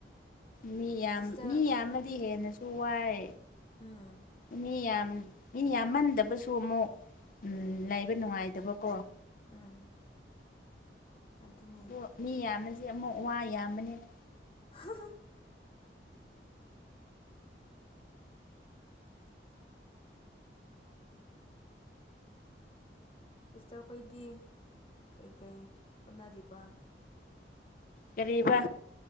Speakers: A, on the left (about 50°); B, on the left (about 30°).
A: ꯃꯤ ꯌꯥꯝ
B: ꯁꯤꯁꯇꯔ
A: ꯃꯤ ꯌꯥꯝꯅꯗꯤ ꯍꯦꯟꯅꯁꯨ ꯋꯥꯏ
B: ꯎꯝ
A: ꯃꯤ ꯌꯥꯝ ꯃꯤ ꯌꯥꯝꯃꯟꯗꯕꯁꯨ ꯑꯃꯨꯛ ꯂꯩꯕ ꯅꯨꯡꯉꯥꯏꯇꯕꯀꯣ
B: ꯎꯝ ꯑꯗꯨꯅꯦ
A: ꯑꯗꯣ ꯃꯤ ꯌꯥꯝꯕꯁꯦ ꯑꯃꯨꯛ ꯋꯥ ꯌꯥꯝꯕꯅꯤꯅ
B: ꯍꯥꯍꯥꯍꯥ ꯁꯤꯁꯇ꯭ꯔ ꯈꯣꯏꯗꯤ ꯀꯩꯀꯩ ꯍꯣꯠꯅꯔꯤꯕ
A: ꯀꯔꯤꯕꯥ